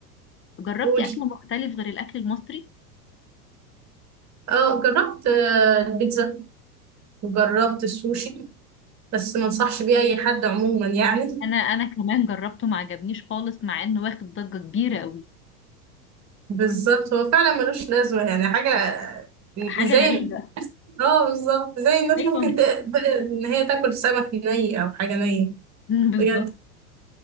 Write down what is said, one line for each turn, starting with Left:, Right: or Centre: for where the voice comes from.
Left: جربتي
Right: قولي
Left: اكل مختلف غير الاكل المصري
Right: اه جربت آه، البيتزا وجربت السوشي بس ما انصحش بيه اي حد عموما يعني
Left: انا انا كمان جربته ما عجبنيش خالص مع انه واخد ضجه كبيره قوي
Right: بالظبط هو فعلا ملوش لازمه يعني حاجه
Left: حاجه
Right: زي
Left: غريبه
Right: اه بالظبط زي الناس
Left: ايوه
Right: ممكن ت... ان هي تاكل سمك ني او حاجه نيه
Left: <laughs> بالظبط
Right: بجد